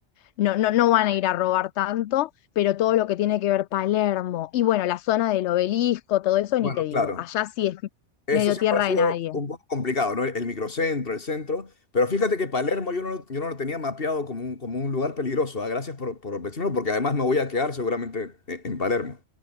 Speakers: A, on the left (about 70°); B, on the left (about 50°).
A: no, no, no van a ir a robar tanto, pero todo lo que tiene que ver Palermo y bueno, la zona del obelisco, todo eso,
B: Bueno,
A: ni te digo.
B: claro.
A: Allá sí es
B: Eso
A: medio
B: siempre
A: tierra
B: ha sido
A: de nadie.
B: un poco complicado, ¿no? El, microcentro, el centro. Pero fíjate que Palermo yo no, lo- yo no lo tenía mapeado como un, como un lugar peligroso. ah, Gracias por, por decirlo, porque además me voy a quedar seguramente en, en Palermo.